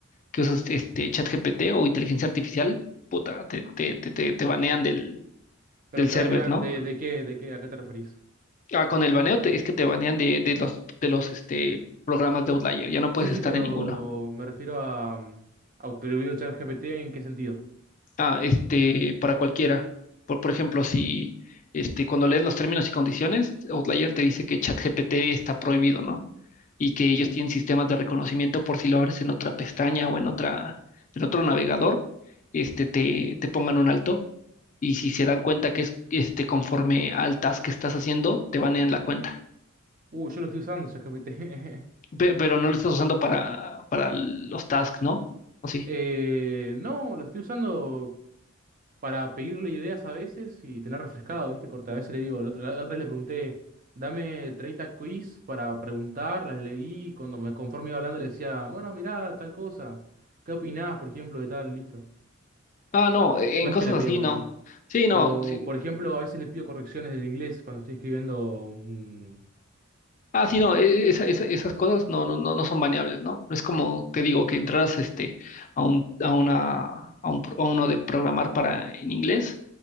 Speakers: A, on the left; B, on the right.
A: que usas este ChatGPT o inteligencia artificial, puta, te, te, te, te, te banean del,
B: Pero
A: del server,
B: te banean
A: ¿no?
B: de, de qué, de qué, ¿a qué te referís?
A: Ah, con el baneo te- es que te banean de, de los, de los este, programas de Outlier, ya no
B: Sí,
A: puedes
B: sí,
A: estar
B: pero
A: en ninguno.
B: me refiero a, mm, a prohibir el chat GPT en qué sentido.
A: Ah, este, para cualquiera. Por, por ejemplo, si este, cuando lees los términos y condiciones, Outlier te dice que ChatGPT está prohibido, ¿no? Y que ellos tienen sistemas de reconocimiento por si lo abres en otra pestaña o en otra, en otro navegador, este, te, te pongan un alto y si se dan cuenta que es este, conforme al task que estás haciendo, te van la cuenta.
B: Uh, yo lo estoy usando, chat GPT. <laughs>
A: Pe- Pero no lo estás usando para, para los tasks, ¿no? ¿O sí?
B: Eh, no, lo estoy usando para pedirle ideas a veces y tener refrescado, ¿viste? Corta, a veces le digo, la otra, la otra vez le pregunté, dame 30 quiz para preguntar, las leí, y cuando me conforme iba hablando le decía, bueno, mirá, tal cosa, ¿qué opinás, por ejemplo, de tal? Listo.
A: Ah, no, en
B: No es
A: cosas
B: que le pido
A: así
B: un
A: no.
B: guión.
A: Sí, no.
B: O,
A: sí.
B: por ejemplo, a veces le pido correcciones del inglés cuando estoy escribiendo un...
A: Ah, sí, no, e- esa- esa- esas cosas no, no, no, no son baneables, ¿no? No es como te digo que entraras este, a un, a una, a un, pro- a uno de programar para en inglés